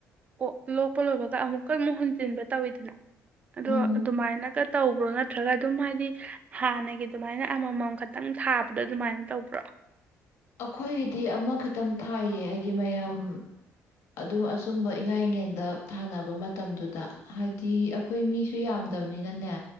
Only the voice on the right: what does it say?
ꯑꯣ ꯂꯣꯛꯄ ꯂꯣꯏꯕꯒ ꯑꯃꯨꯛ ꯀꯃꯨꯛ ꯍꯨꯟꯖꯤꯟꯕ ꯇꯧꯋꯤꯗꯅ ꯑꯗꯣ
ꯑꯗꯨꯃꯥꯏꯅꯒ ꯇꯥꯎ ꯇꯧꯕꯔꯣ ꯅꯠꯇ꯭ꯔꯒ ꯑꯗꯨꯝ ꯍꯥꯏꯗꯤ ꯍꯥꯟꯅꯒꯤ ꯑꯗꯨꯃꯥꯏꯅ ꯑꯃꯃꯝ ꯈꯛꯇꯪ ꯊꯥꯕꯗꯣ ꯑꯗꯨꯃꯥꯏꯅ ꯇꯧꯕ꯭ꯔꯣ